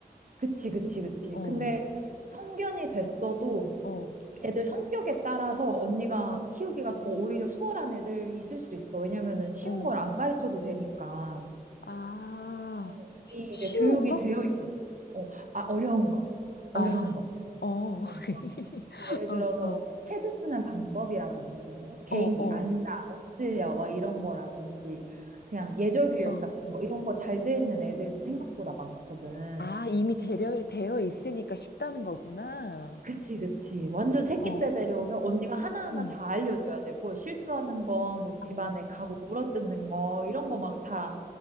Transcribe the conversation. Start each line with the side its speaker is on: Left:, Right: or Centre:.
Right: 그치, 그치, 그치.
Left: 어,
Right: 근데 성견이 됐어도
Left: 어,
Right: 애들 성격에 따라서 언니가 키우기가 더 오히려 수월한 애들이 있을 수도 있어. 왜냐면은 쉬운
Left: 어.
Right: 걸 안 가르쳐도 되니까.
Left: 아,
Right: 어, 이미
Left: 쉬- 쉬운
Right: 이제 교육이
Left: 거?
Right: 되어 있거든. 어, 아, 어려운 거.
Left: 아,
Right: 어려운 거.
Left: 어.
Right: 어,
Left: <laughs>
Right: 예를
Left: 어,
Right: 들어서
Left: 어,
Right: 뭐 패드 쓰는 방법이라든지 뭐 개인기
Left: 어,
Right: 앉아 엎드려 막 이런 거라든지 그냥 예절 교육
Left: 어, 어.
Right: 같은 거 이런 거 잘 돼 있는 애들도 생각보다 많거든.
Left: 아, 이미 되려, 되어 있으니까 쉽다는 거구나.
Right: 그치 그치. 완전 새끼
Left: 어,
Right: 때 데려오면 언니가 하나하나
Left: 응.
Right: 다 알려줘야 되고 실수하는 거 뭐 집안에
Left: 아,
Right: 가구 물어뜯는 거 이런 거 막 다